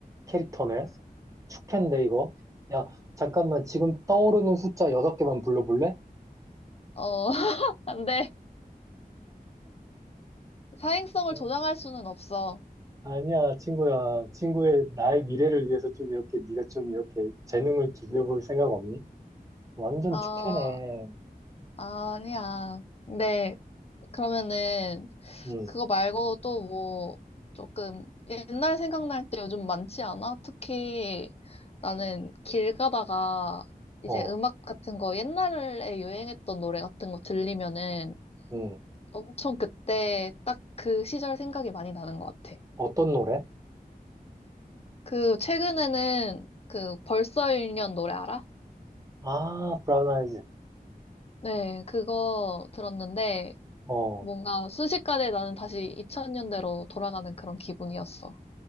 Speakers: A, on the right (about 20°); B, on the left (about 40°).
A: 캐릭터네. 축캔데, 이거? 야, 잠깐만, 지금 떠오르는 숫자 여섯 개만 불러볼래?
B: 어, <laughs> 근데 사행성을
A: 어,
B: 조장할 수는 없어.
A: 아니야, 친구야. 친구의 나의 미래를 위해서 좀 이렇게, 네가 좀 이렇게 재능을 기부해볼 생각 없니? 완전
B: 아,
A: 축캐네.
B: 아니야. 네, 그러면은
A: 응
B: 그거 말고 또 뭐, 조금 옛날 생각날 때 요즘 많지 않아? 특히 나는 길 가다가 이제
A: 어,
B: 음악 같은 거 옛날에 유행했던 노래 같은 거 들리면은
A: 응
B: 엄청 그때 딱 그 시절 생각이 많이 나는 것 같아.
A: 어떤 노래?
B: 그 최근에는 그 벌써 1년 노래 알아?
A: 아, 브라운 아이즈.
B: 네, 그거 들었는데
A: 어.
B: 뭔가 순식간에 나는 다시 2000년대로 돌아가는 그런 기분이었어.